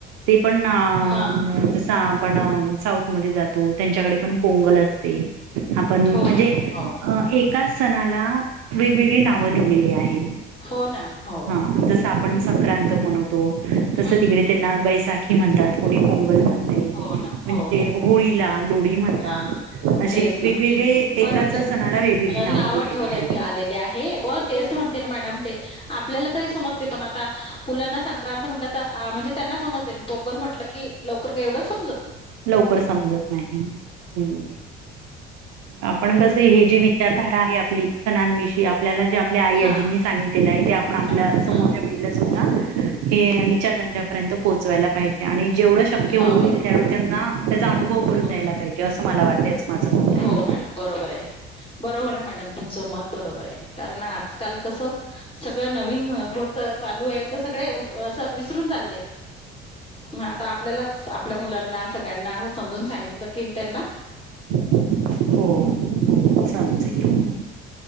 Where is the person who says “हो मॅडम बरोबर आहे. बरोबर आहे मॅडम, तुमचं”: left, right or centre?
Left